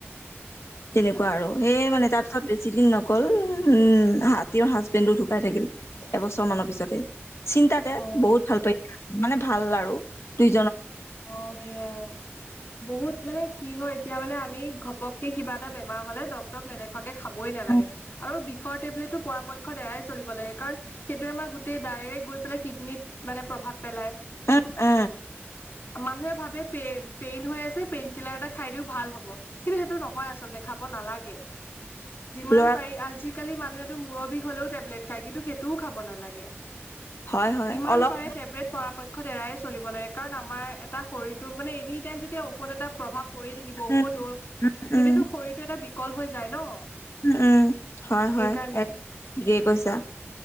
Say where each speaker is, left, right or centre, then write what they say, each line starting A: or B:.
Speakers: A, on the left; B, on the left.
A: তেনেকুৱা আৰু সেয়ে মানে তাৰপিছত বেছি দিন নক অকল উম হাতীৰ হাজবেণ্ডটো ঢুকাই থাকিল এবছৰ মানৰ পিছতে। চিন্তাতে
B: অ
A: বহুত ভাল পাই মানে ভাল আৰু দুই
B: অ সেয়াই। বহুত মানে কি হয় এতিয়া মানে আমি ঘপককে কিবা এটা বেমাৰ হলে ডক্তৰক নেদেখুৱাকে খাবই
A: উম
B: নালাগে আৰু বিষৰ টেবলেটো পৰা প পক্ষত এৰাই চলিব লাগে। কাৰণ সেইটোৱে আমাৰ গোটেই ডাইৰেক্ট গৈ পেলাই কিডনীত মানে প্ৰভাৱ পেলায়।
A: উ, উ।
B: মানুহে ভাবে পে পেইন হৈ আছে, পেইন কিলাৰ এটা খাই দিও ভাল হ'ব। কিন্তু সেইটো নহয় আচলতে। খাব নালাগে। যিমান
A: ল'ৰা
B: পাৰি আজি আজি-কালি মানুহেটো মূৰৰ বিষ হলেও টেবলেট খায়। কিন্তু সেইটোও খাব নালাগে।
A: হয় হয়
B: যিমান
A: অলপ
B: পাৰে টেব্ৰেট পৰাপক্ষত এৰাই চলিব লাগে কাৰণ আমাৰ এটা শৰীৰটোৰ মানে এনি টাইম যেতিয়া ঔষধ এটা প্ৰভাৱ পৰিয়ে থাকিব। ঔষধ
A: উম
B: ঔ
A: উম
B: তেতিয়াতো শৰীৰটো এটা বিকল হৈ যায় ন?
A: উম উম হয় হয়
B: সেইকাৰণে
A: এক ঠিকেই কৈছা।